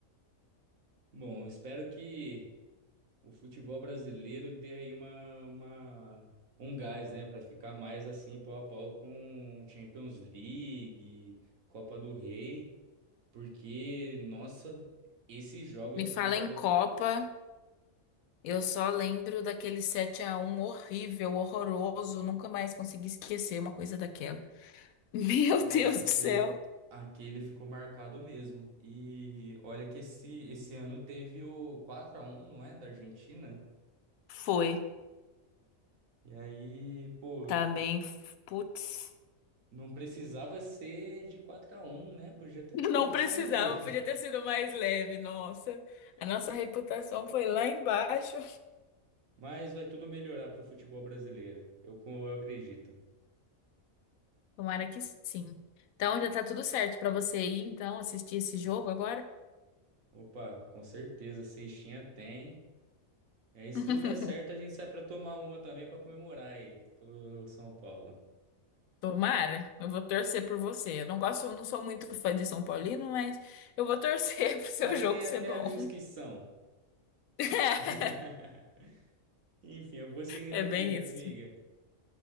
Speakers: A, on the right; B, on the left.
A: Bom, espero que O futebol brasileiro dê aí uma, uma- um gás, né, para ficar mais assim pau a pau com Champions League, Copa do Rei, porque nossa, esses jogos
B: Me
A: aqui
B: fala
A: da
B: em Copa, eu só lembro daquele 7 a um horrível, horroroso, nunca mais consegui esquecer uma coisa daquela. <laughs> Meu
A: nossa,
B: Deus do
A: aquele
B: céu.
A: aquele ficou marcado mesmo. E olha que esse esse ano teve o 4 a um não é, da Argentina?
B: Foi.
A: E aí, pô,
B: Também, putz.
A: não precisava ser de quatro a um né? Podia ter
B: <laughs>
A: tomado
B: Não precisava,
A: só uns dois.
B: podia ter sido mais leve, nossa. A nossa reputação foi lá embaixo.
A: Mas vai tudo melhorar para o futebol brasileiro. Eu, eu acredito.
B: Tomara que sim. Então já tá tudo certo pra você ir, então, assistir esse jogo agora.
A: Opa, com certeza, sextinha tem. É, se
B: <laughs>
A: tudo der certo, a gente sai para tomar uma também para comemorar aí pelo São Paulo.
B: Tomara, eu vou torcer por você. Eu não gosto, eu não sou muito fã de São Paulino, mas eu vou torcer <laughs> pro seu
A: Mas
B: jogo
A: tem
B: ser
A: até
B: bom.
A: amigos que são.
B: <laughs>
A: <laughs> Enfim, eu vou seguindo
B: É
A: aqui,
B: bem
A: amiga.
B: isso.